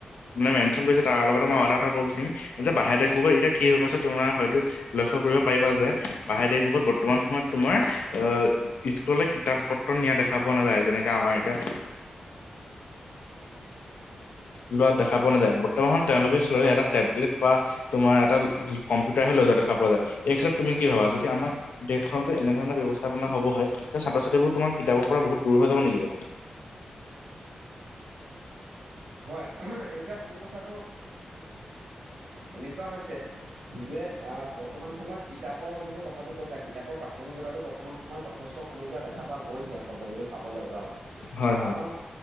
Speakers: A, on the left; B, on the right.
A: মানে মেনশ্যন কৰিছে তাৰ লগতে মই এটা কথা ক'ব বিচাৰিম যে বাহিৰৰ দেশ বোৰৰ এতিয়া কি হৈ গৈছে তোমাৰ হয়তো লক্ষ্য কৰিব পাৰিবা যে বাহিৰৰ দেশ বোৰত বৰ্তমান সময়ত তোমাৰ আহ, স্কুললৈ কিতাপ পত্ৰ নিয়া দেখা পোৱা নাযায় যেনেকে আমাৰ এতিয়া <inaudible> লোৱা দেখা পোৱা নাযায় বৰ্তমান তেওঁলোকে চোৱা এটা টেবলেট বা তোমাৰ এটা কম্পিউটাৰ হে লৈ যোৱা দেখা পোৱা যায় এই ক্ষেত্ৰত তুমি কি ভাবা যদি আমাৰ দেশখনতো এনেধৰণৰ ব্যৱস্থাপনা হব হয় যে ছাত্ৰ ছাত্ৰীবোৰ তোমাৰ কিতাপৰ পৰা বহুত দূৰ হৈ যাব নেকি?
B: হয় এতিয়া প্ৰথম কথাটো এনেকুৱা হৈছে যে আহ বৰ্তমান সময়ত কিতাপৰ যোনটো কথাটো কৈছা কিতাপৰ প্ৰাসংগিকতাটো বৰ্তমান বৰ্তমান সময় যথেষ্ট কমি যোৱা দেখা পোৱা গৈছে আচলতে যদি চাবলৈ যাওঁ।
A: হয়
B: কাৰণ
A: হয়